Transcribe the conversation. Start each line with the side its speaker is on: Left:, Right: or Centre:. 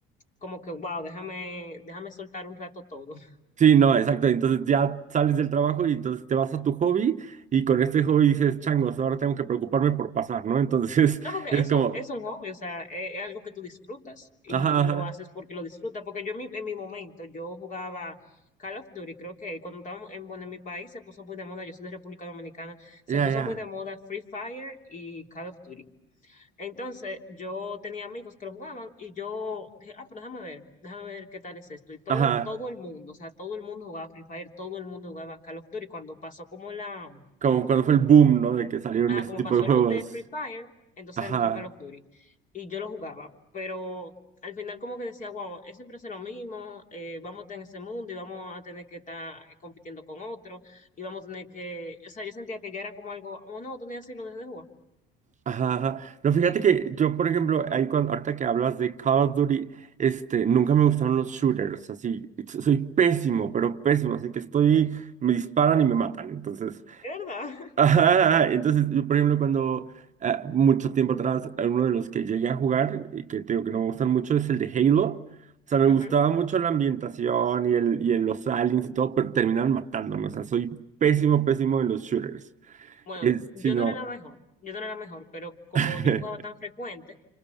Left: como que, wow, déjame, déjame soltar un rato todo. <laughs>
Right: Sí, no, exacto. Entonces ya sales del trabajo y entonces te vas a tu hobby y con este hobby dices, changos, ahora tengo que preocuparme por pasar, ¿no? Entonces
Left: No,
Right: <laughs>
Left: porque
Right: es
Left: es
Right: como,
Left: un, es un hobby, o sea, es, es algo que tú disfrutas y,
Right: ajá, ajá,
Left: y lo haces porque lo disfrutas, porque yo en mi, en mi momento, yo jugaba Call of Duty, creo que cuando estábamos en, bueno, en mi país se puso muy de moda, yo soy de República Dominicana, se
Right: ya,
Left: puso
Right: ya,
Left: muy de moda Free Fire y Call of Duty. Entonces, yo tenía amigos que lo jugaban y yo dije, ah, pero déjame ver, déjame ver qué tal es esto. Y todo,
Right: ajá.
Left: el- todo el mundo, o sea, todo el mundo jugaba Free Fire, todo el mundo jugaba Call of Duty. Cuando pasó como la,
Right: Como cuando fue el boom, ¿no? De que salieron
Left: ah,
Right: este
Left: como
Right: tipo
Left: pasó
Right: de juegos.
Left: el boom de Free Fire, entonces
Right: Ajá,
Left: entró Call of Duty y yo lo jugaba. Pero al final como que decía, wow, es siempre hacer lo mismo, eh, vamos a estar en ese mundo y vamos a tener que estar eh, compitiendo con otro y vamos a tener que, o sea, yo sentía que ya era como algo oh, no tenía así lo dejé de jugar.
Right: ajá, ajá. No, fíjate que yo, por ejemplo, ahí cuando, ahorita que hablas de Call of Duty, este, nunca me gustaron los shooters, así. Soy pésimo, pero pésimo, así que estoy, me disparan y me matan, entonces.
Left: Es verdad.
Right: Ajá, entonces yo, por ejemplo, cuando ah, mucho tiempo atrás, a uno de los que llegué a jugar, y que te digo que no me gustan mucho, es el de Halo. O sea, me
Left: <laughs>
Right: gustaba mucho la ambientación y, el, y el- los aliens y todo, pero terminaron matándome. O sea, soy pésimo, pésimo en los shooters.
Left: Bueno,
Right: Es,
Left: yo
Right: si no.
Left: no era la mejor, yo no era la mejor, pero como
Right: <laughs>
Left: yo jugaba tan frecuente,